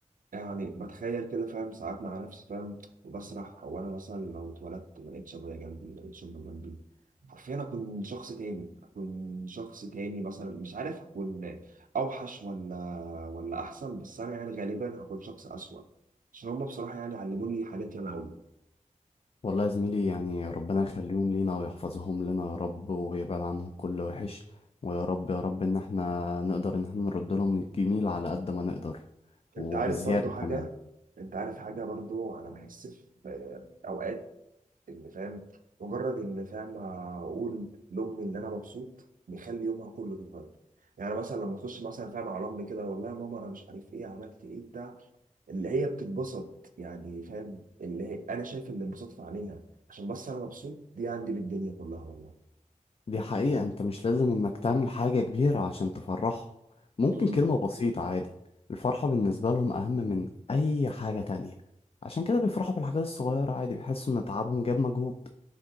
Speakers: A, on the right; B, on the left.
A: يعني بتخيل كده فاهم ساعات مع نفسي فاهم وبسرح هو انا مثلا لو اتولدت ما لقيتش ابويا جنبي ما لقيتش امي جنبي حرفيا اكون شخص تاني اكون شخص تاني مثلا مش عارف اكون اوحش ولا ولا احسن بس انا يعني غالبا هكون شخص اسوأ عشان هما بصراحة يعني علموني حاجات ياما قوي
B: والله يا زميلي يعني ربنا يخليهم لينا ويحفظهم لنا يا رب ويبعد عنهم كل وحش ويا رب يا رب ان احنا نقدر ان احنا نرد لهم الجميل على قد ما نقدر وبزيادة
A: انت عارف برضو حاجة
B: كمان
A: انت عارف حاجة برضو انا بحس في اوقات ان فاهم مجرد ان فاهم اقول لامي ان انا مبسوط بيخلي يومها كله بيتغير يعني مثلا لما اخش مثلا فاهم على امي كده والله يا ماما انا مش عارف ايه عملت ايه بتاع اللي هي بتتبسط يعني فاهم اللي هي انا شايف الانبساط في عينيها عشان بس انا مبسوط دي عندي بالدنيا كلها والله
B: دي حقيقة انت مش لازم انك تعمل حاجة كبيرة عشان تفرحهم ممكن
A: امم
B: كلمة بسيطة عادي الفرحة بالنسبة لهم اهم من اي حاجة تانية عشان كده بيفرحوا بالحاجات الصغيرة عادي بيحسوا ان تعبهم جاب مجهود